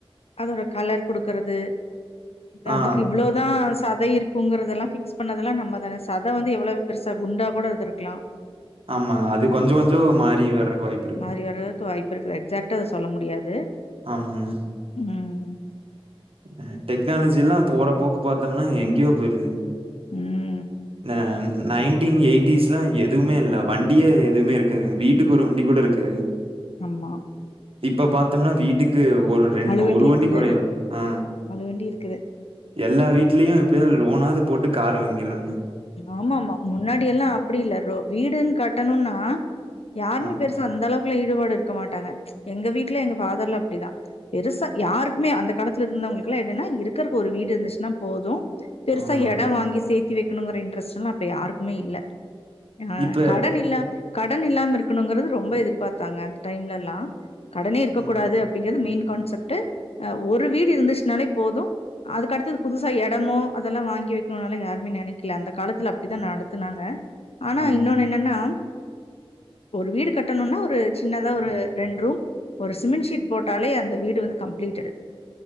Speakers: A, on the left; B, on the right.
A: அதோட கலர் குடுக்கறது
B: ஆ
A: அதுக்கு இவ்ளோதா சதை இருக் குங்குறதல்லா பிக்ஸ் பண்ணதெல்லா நம்ம தானே சதை வந்து எவ்ளவு பெருசா குண்டா கூட இருந்திருக்கலா
B: ஆமாங்க அது கொஞ்சோ கொஞ்சோ மாறி வர்றக்கு வாய்ப்பு இருக்கு.
A: மாறி வர்றதுக்கு வாய்ப்பு இருக்குது எக்சாட்டா அத சொல்ல முடியாது
B: ஆமாங்க
A: ம்
B: அ டெக்னாலஜி எல்லா போற போக்கு பாத்தோம்னா எங்கேயோ போயிருது
A: ம்.
B: ஆ நைன் டின் எயிட்டிஸ்ல்லா எதுவுமே இல்ல வண்டியே எதுவுமே இருக்காது வீட்டுக்கு ஒரு வண்டி கூட இருக்காது
A: ஆமா
B: இப்ப பாத்தோம்னா வீட்டுக்கு ஒரு ரெண்
A: வண்டி
B: ஒரு வண்டிக்
A: இருக்குது.
B: குறயு ஆ
A: வண்டி இருக்குது.
B: எல்லா வீட்லயு எப்டியது லோனாவது போட்டு கார் வாங்கியிராங்க
A: ஆமா ஆமா முன்னாடி எல்லா அப்டி இல்ல ரோ வீடுன்னு கட்டணுனா யாருமே
B: ஆ
A: பெரு சா அந்த அளவுக்குல்ல ஈடுபாடு இருக்க மாட்டாங்க எங்க வீட்டுல எங்க ஃபாதர்ல அப்டிதா பெருசா யாருக்குமே அந்த காலத்துல இருந்தவங்களுக்கு எல்லா என்னன்னா இருக்கறக்கு ஒரு வீடு இருந்துச்சுன்னா போது பெருசா
B: ஆமாங்க.
A: எடோ வாங்கி சேத்தி வெக்கணுங்கிற இன்ட்ரெஸ்ட் எல்லா அப்ப யாருக்குமே இல்ல ஆ
B: இப்ப
A: கடன் இல்ல கடன் இல்லாம இருக்கணுங்கறது ரொம்ப எதிர்பாத்தாங்க அந்த டைம்ல எல்லா கடனே இருக்கக்க
B: ம்
A: கூடாது அப்டிங்கிறது மெயின் கான்செப்ட் ஆ ஒரு வீடு இருந்துச்சுனாலே போது அதுக்கடுத்தது புதுசா எடமோ அதெல்லா வாங்கி வக்கணுன்னால யாருமே நென க்கல அந்த காலத்துல அப்டித்தா நடத்துனாங்க ஆனா
B: ஆமாங்க.
A: இன்னொன்னு என்னன்னா ஒரு வீடு கட்டணும்னா ஒரு சின்னதா ஒரு ரெண்டு ரூம் ஒரு சிமெண்ட்ஷீ்ட் போட்டாலே அந்த வீடு வந்து கம்ப்ளீட்டு